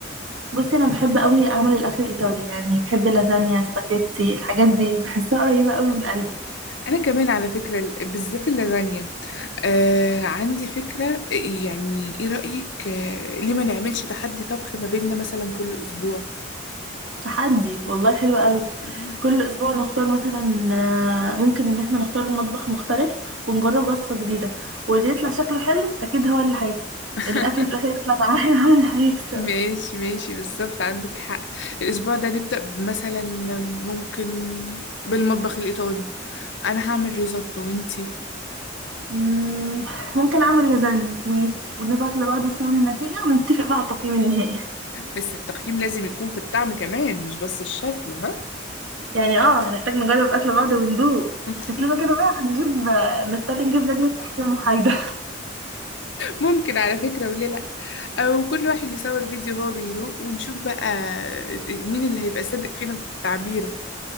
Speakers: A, on the right; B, on the left.
A: بصي أنا بحب أوي أعمل الأكل الإيطالي يعني بحب لازانيا سباكيتي الحاجات دي بحسها قريبة أوي من قلبي
B: أنا كمان على فكرة ال- بالذات اللازانيا آه عندي فكرة يعني ايه رأيك آه ليه ما نعملش تحدي طبخ ما بيننا مثلا كل أسبوع؟
A: تحدي والله حلو قوي
B: مم.
A: كل اسبوع نختار مثلا آه، ممكن ان احنا نختار مطبخ مختلف ونجرب وصفة جديدة واللي يطلع شكله حلو اكيد هو اللي هيكسب
B: <laughs>
A: الاكلة في الاخر يطلع طعمها حلو هو اللي هيكسب
B: ماشي ماشي بالظبط عندك حق الأسبوع ده نبدأ مثلا ممكن بالمطبخ الإيطالي أنا هعمل ريزوتو وإنتي
A: مم، ممكن اعمل لازانيا ماشي ونبعت لبعض صور النتيجة ونتفق بقى على التقييم النهائي
B: بس التقييم لازم يكون في الطعم كمان مش بس الشكل ها
A: يعني اه هنحتاج نجرب اكل بعض وندوق
B: <laughs>
A: شكلنا كده بقى هنجيب آه، نضطر نجيب لجنة تحكيم محايدة
B: ممكن على فكرة وليه لأ أو كل واحد يصور فيديو هو بيدوق ونشوف بقى مين اللي هيبقى صادق فينا في تعبيره